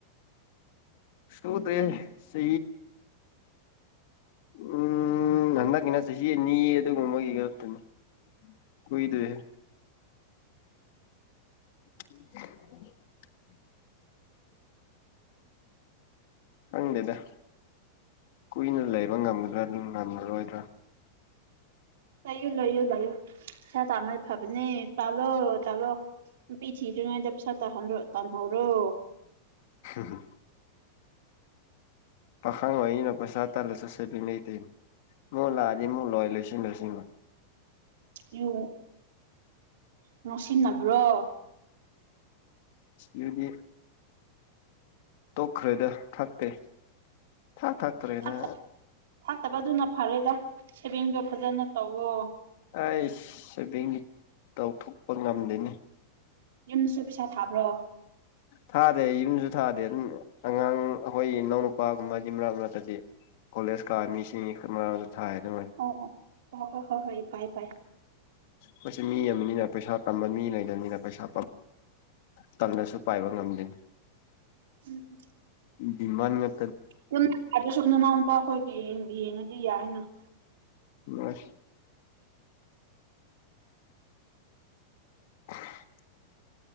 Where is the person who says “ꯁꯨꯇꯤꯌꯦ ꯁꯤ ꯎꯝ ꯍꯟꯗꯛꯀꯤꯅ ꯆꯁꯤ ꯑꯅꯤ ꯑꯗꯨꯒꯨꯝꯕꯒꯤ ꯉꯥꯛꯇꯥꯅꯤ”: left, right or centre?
Left